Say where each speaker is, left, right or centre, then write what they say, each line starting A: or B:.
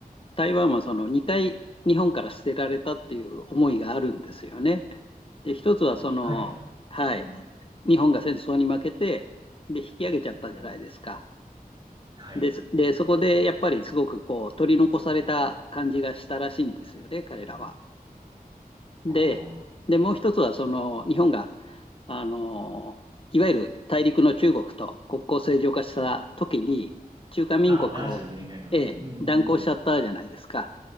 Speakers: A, on the left (about 35°); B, on the right (about 30°).
A: 台湾はその2回日本から捨てられたっていう思いがあるんですよね。で、一つはその、
B: 2回。
A: はい、
B: うん。
A: 日本が戦争に負けて、で、引き上げちゃったじゃないですか。
B: うんはい。
A: です。で、そこでやっぱりすごくこう取り残された感じがしたらしいんですよね、彼らは。で、
B: あ
A: で、もう一つはその日本が、あの、いわゆる大陸の中国と国交正常化した時に、中華民国を、
B: ああー、72年ぐらいの。
A: ええ、
B: うん。
A: 断交しちゃったじゃないですか。